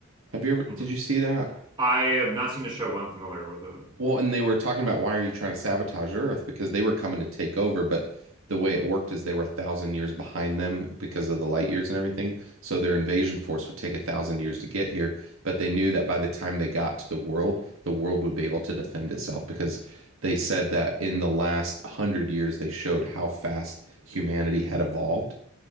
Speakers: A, on the right; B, on the right.
A: Have you ever?
B: Mhm.
A: Did you see that?
B: I have not seen a show, but I'm familiar with it.
A: Well, and they were talking about why are you trying to sabotage Earth? Because they were coming to take over, but the way it worked is they were a thousand years behind them because of the light years and everything. So their invasion force would take a thousand years to get here, but they knew that by the time they got to the world, the world would be able to defend itself because they said that in the last hundred years they showed how fast humanity had evolved.